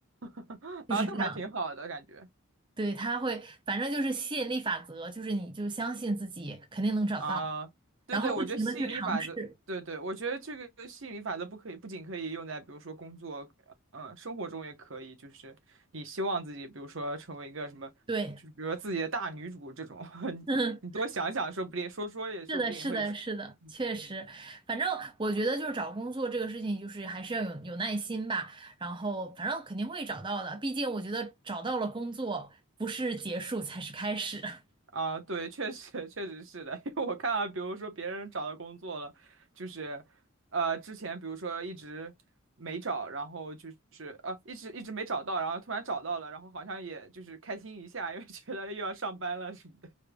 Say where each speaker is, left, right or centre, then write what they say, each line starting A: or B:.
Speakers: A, on the right (about 60°); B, on the right (about 20°).
A: <laughs>
B: 就是这样。
A: 啊，那还挺好的感觉。
B: 对，他会反正就是吸引力法则，就是你就相信自己肯定能找到，
A: 啊，对对，
B: 然后不停的去尝试。
A: 我觉得吸引力法则，对对，我觉得这个吸引力法则不可以，不仅可以用在比如说工作，嗯，生活中也可以，就是你希望自己，比如说成为一个什么，
B: 对。
A: 就是比如说自己的大女主这种，<laughs>
B: <laughs>
A: 你多想想，说不定说说也说不定也会成，
B: 是的，是的，是的，
A: 嗯嗯
B: 确实，反正我觉得就是找工作这个事情，就是还是要有有耐心吧。然后，反正肯定会找到的，毕竟我觉得找到了工作，不是结束才是开始。<laughs>
A: 啊，对，确实确实是的，<laughs> 因为我看到，比如说别人找到工作了，就是，呃，之前比如说一直没找，然后就是呃，一直一直没找到，然后突然找到了，然后好像也就是开心一下，<laughs> 因为觉得又要上班了什么的。